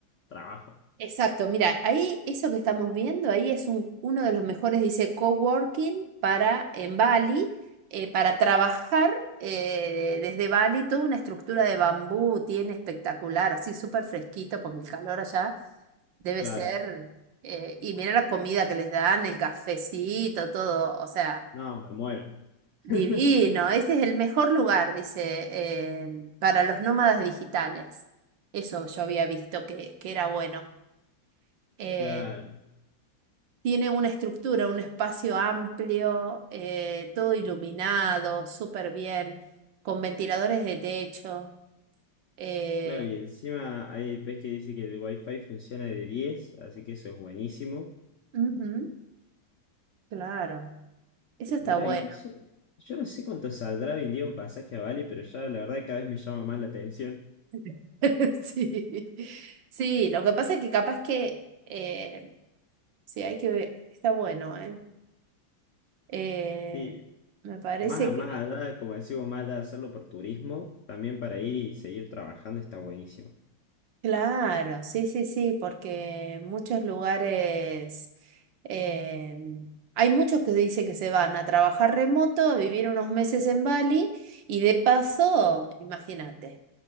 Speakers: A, on the left; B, on the right.
A: trabajo.
B: exacto. Mira, ahí eso que estamos viendo, ahí es un, uno de los mejores, dice, coworking para en Bali, eh, para trabajar eh, desde Bali, toda una estructura de bambú tiene espectacular, así súper fresquito, porque el calor allá debe
A: Claro,
B: ser, eh, y mira la comida que les dan, el cafecito, todo, o sea.
A: no, me muero.
B: Divino,
A: <laughs>
B: este es el mejor lugar, dice, em, para los nómadas digitales. Eso yo había visto que, que era bueno. Eh,
A: Claro,
B: tiene una estructura, un espacio amplio, eh, todo iluminado, súper bien, con ventiladores de techo. eh,
A: claro, y encima ahí ves que dice que el wifi funciona de 10 así que eso es buenísimo.
B: ujú, claro, eso
A: Mira,
B: está bueno.
A: incluso yo no sé cuánto saldrá hoy en día un pasaje a Bali, pero ya la verdad que cada vez me llama más la atención.
B: <laughs> Sí. Sí, lo que pasa es que capaz que eh, sí, hay que ver, está bueno, ¿eh? Eh,
A: Sí,
B: me parece
A: más,
B: que,
A: más allá, como decimos, más allá de hacerlo por turismo, también para ir y seguir trabajando está buenísimo.
B: claro, sí, sí, sí, porque muchos lugares, eh, hay muchos que dicen que se van a trabajar remoto, a vivir unos meses en Bali y de paso, imagínate,